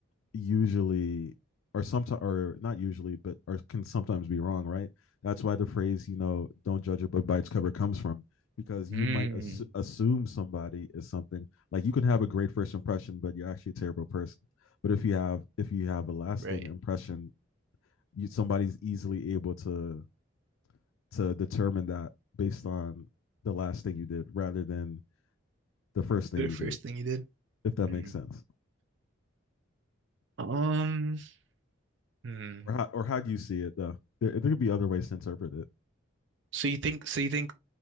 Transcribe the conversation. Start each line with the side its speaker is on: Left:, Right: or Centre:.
Left: usually or sometimes or not usually but or can sometimes be wrong right that's why the phrase you know don't judge a book by its cover comes from because
Right: Mm,
Left: you might ass- assume somebody is something like you can have a great first impression but you're actually a terrible person but if you have if you have a lasting
Right: right.
Left: impression you, somebody's easily able to to determine that based on the last thing you did rather than the first thing
Right: The
Left: you
Right: first
Left: did,
Right: thing you did.
Left: if that
Right: Mm.
Left: makes sense.
Right: Um, hmm.
Left: Or how or how do you see it though? There, there could be other ways to interpret it.
Right: So you think so you think